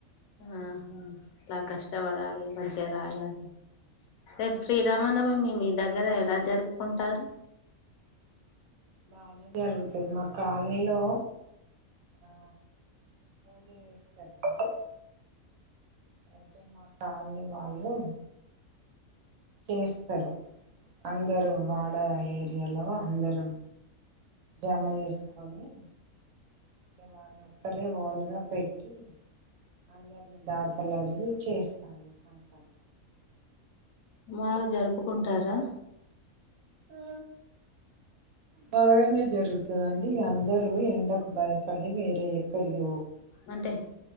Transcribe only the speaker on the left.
ఆహా ఇలా కష్టవడాలి మంచిగా రాయాలి రేప్ శ్రీరామనవమి మీ దగ్గర ఎలా జరుపుకుంటారు
బాగ జరుపుకుంటారా
అంటే